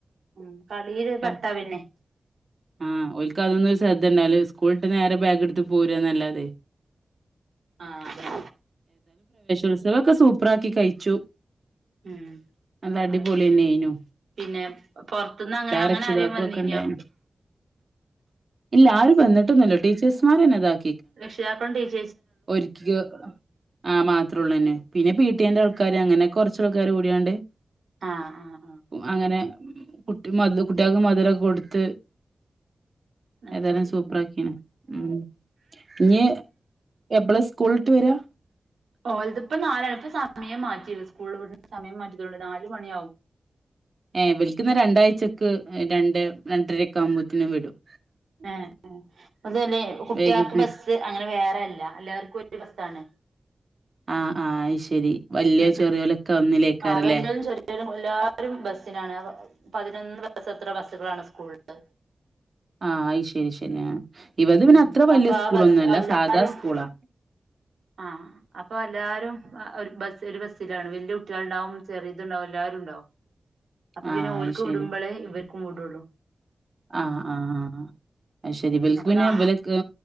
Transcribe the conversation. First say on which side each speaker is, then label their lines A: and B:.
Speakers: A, on the right (about 80°); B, on the right (about 50°).
A: ഉം കളീല് ഒരു
B: ക
A: വട്ടാ പിന്നെ
B: ആഹ് ഓൽക്ക് അതൊന്നും ഒരു ശ്രദ്ധ ഉണ്ടാവില്ല സ്കൂള് വിട്ട് നേരെ ബാഗ് എടുത്ത് പോരുകാന്നല്ലാതെയെ
A: ആഹ് അതെ
B: ഉത്സവവൊക്കെ സൂപ്പറാക്കി കഴിച്ചു
A: ഉം
B: നല്ല അടിപൊളിന്നെനു
A: അത് ശരി പിന്നെ പൊറത്തുന്ന് അങ്ങനെ അങ്ങനെ
B: രക്ഷിതാക്കളൊക്കെണ്ടായിനു.
A: ആരെലും വന്നീനോ
B: ഇല്ല ആര് വന്നിട്ടൊന്നുല്ലാ ടീച്ചേഴ്സ്മാരന്നെ ഇതാക്കി
A: രക്ഷിതാക്കളും ടീ -
B: ഒരുക്കി വെക്കാന് ആഹ് മാത്രേ ഉള്ളനി പിന്നെ പീടി എയിന്റെ ആൾക്കാർ- അങ്ങനെ കൊറച്ച് ആള്ക്കാര് കൂടിയാണ്ട്-
A: ആഹ് ആഹ് ആഹ്
B: അങ്ങനെ കുട്ടി മധു കുട്ടികൾക്ക് മധുരമക്കെ കൊടുത്ത്-
A: അത്
B: ഏതായാലും
A: ശരി
B: സൂപ്പർ
A: ഉം
B: ആക്കിനെ ഉം ഇഞ്- എപ്പള സ്കൂള് വിട്ട് വരാ
A: ഓല് ഇതപ്പം നാലരക്ക് സമയം മാറ്റിയോണ്ട് സ്കൂളില് വിടുന്ന സമയം മാറ്റിയതോണ്ട് നാല് മണിയാവും
B: ഏവർക്ക് ഇന്ന് രണ്ട് ആഴ്ച്ചക്ക് രണ്ടരൊക്കെ ആവുമ്പോത്തിന് വിടും
A: ആഹ് അതല്ലെ കുട്ട്യാക്ക്
B: വൈകുന്നേ
A: ബസ്സ് അങ്ങനെ വേറെല്ല എല്ലാർക്കും ഒരു ബസ്സാണ്
B: ആഹ് ആഹ് അത് ശരി വലിയതും
A: ഉം
B: ചെറിയലൊക്കെ ഒന്നിലേക്കാരല്ലേ
A: ആഹ് വല്യോരും ചെറിയോരും എല്ലാരും ബസ്സിനാണ് പതിനൊന്ന് എത്രോ ബസ്സുകളാണ് സ്കൂളില്
B: ആഹ് അയ്ശെരി ആഹ് ആഹ് ഇവലത് പിന്നെ
A: ഉം
B: അത്ര വല്യ
A: അപ്പൊ
B: സ്കൂളൊന്നും
A: ആ ബസ്
B: അല്ല
A: എല്ലാരും
B: സാധാ സ്കൂളാ
A: ആഹ് അപ്പൊ എല്ലാരും ഒരു ബസ് ഒരു ബസ്സിലാണ് വലിയ കുട്ടികൾ ഉണ്ടാവും ചെറിയതുണ്ടാവും എല്ലാവരും ഉണ്ടാവും അപ്പൊ
B: ആഹ്
A: പിന്നെ
B: ആഹ്
A: ഓൽക്ക്
B: അയ് ശരി
A: വിടുമ്പോളേ ഇവർക്കും വിടുള്ളു
B: ആഹ് ആഹ് ആഹ് ശരി ഇബൽക്ക്
A: അപ്പൊ നാ
B: ഇവൽക്ക്